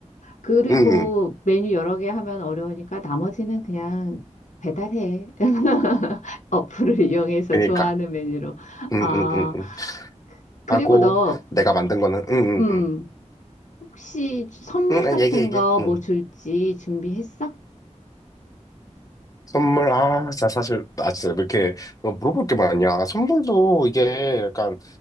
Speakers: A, on the left; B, on the left.
A: 그리고
B: 응, 응,
A: 메뉴 여러 개 하면 어려우니까 나머지는 그냥 배달해. <laughs> 어플을 이용해서
B: 그니까.
A: 좋아하는 메뉴로.
B: 응,
A: 아,
B: 응, 응, 응.
A: 그리고
B: 하고,
A: 너,
B: 내가 만든 거는, 응,
A: 음,
B: 응,
A: 혹시 선물
B: 응. 응,
A: 같은
B: 얘기해, 얘기해.
A: 거
B: 응.
A: 뭐 줄지 준비했어?
B: 선물, 아, 자, 사실, 아, 진짜, 왜 이렇게, 뭐 물어볼 게 많냐. 선물도 이게, 약간,